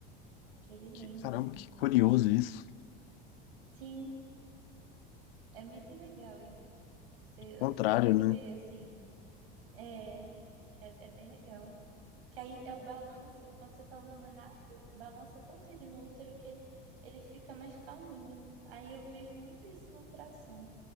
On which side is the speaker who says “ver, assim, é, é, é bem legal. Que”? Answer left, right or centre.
Right